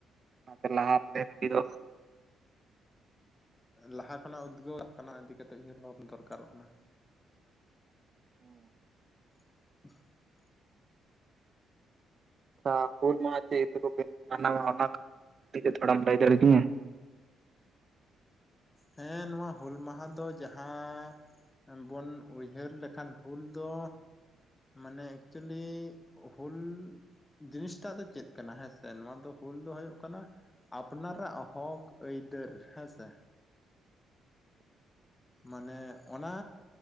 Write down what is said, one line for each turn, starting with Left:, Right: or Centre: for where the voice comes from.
Right: ᱚᱱᱟ ᱛᱮ ᱞᱟᱦᱟ ᱨᱮᱞᱮ ᱨᱮᱰᱤ ᱫᱚᱼᱼ
Left: ᱞᱟᱦᱟ ᱠᱷᱚᱱᱟᱜ ᱩᱫᱽᱜᱟᱹᱣᱚᱜ ᱠᱟᱱᱟ, ᱤᱫᱤ ᱠᱟᱛᱮᱜ ᱩᱭᱦᱟᱹᱨ ᱵᱷᱟᱵᱽ ᱫᱚᱨᱠᱟᱨᱚᱜ ᱠᱟᱱᱟ᱾
Right: ᱦᱩᱸ᱾
Left: <inaudible>
Right: ᱟᱪᱪᱷᱟ ᱦᱩᱞ ᱢᱟᱦᱟᱸ ᱪᱮᱜ ᱤᱭᱟᱹ ᱛᱮ ᱠᱚ ᱢᱟᱱᱟᱣᱟ? ᱚᱱᱟ <inaudible> ᱴᱤᱡ‌ ᱛᱷᱚᱲᱟᱢ ᱞᱟᱹᱭ ᱫᱟᱹᱲᱤ ᱠᱤᱧᱟᱹ᱾
Left: ᱦᱮᱸ ᱱᱚᱣᱟ ᱦᱩᱞ ᱢᱟᱦᱟᱸ ᱫᱚ ᱡᱟᱦᱟᱸᱼᱼ ᱚᱸ ᱵᱚᱱ ᱩᱭᱦᱟᱹᱨ ᱞᱮᱠᱷᱟᱱ ᱦᱩᱞ ᱫᱚᱼᱼ ᱢᱟᱱᱮ ᱮᱠᱪᱩᱞᱤ ᱦᱩᱞᱼᱼ ᱡᱤᱱᱤᱥ ᱴᱟᱜ ᱫᱚ ᱪᱮᱫ ᱠᱟᱱᱟ? ᱦᱮᱸ ᱥᱮ ᱱᱚᱣᱟ ᱫᱚ ᱦᱩᱞ ᱫᱚ ᱦᱩᱭᱩᱜ ᱠᱟᱱᱟᱼᱼ ᱟᱯᱱᱟᱨᱟᱜ ᱦᱚᱠ ᱟᱹᱭᱫᱟᱹᱨ ᱦᱮᱸ ᱥᱮ᱾ ᱢᱟᱱᱮ ᱚᱱᱟ